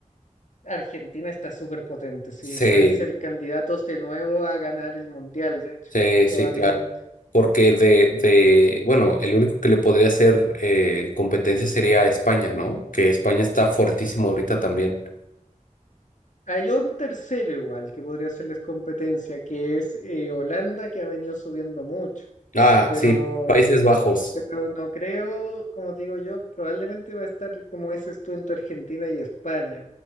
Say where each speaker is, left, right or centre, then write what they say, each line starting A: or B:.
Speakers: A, on the left; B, on the left.
A: Argentina está súper potente, sí.
B: Sí,
A: Pueden ser candidatos de nuevo a ganar el Mundial, de hecho,
B: sí, sí,
A: probablemente.
B: claro. Porque de, de, bueno, el único que le podría hacer eh, competencia sería España, ¿no? Que España está fuertísimo ahorita también.
A: Hay un tercero igual que podría hacerles competencia, que es eh, Holanda, que ha venido subiendo mucho,
B: Ah,
A: pero,
B: sí, Países Bajos.
A: pero no creo, como te digo yo, probablemente va a estar como dices tú entre Argentina y España.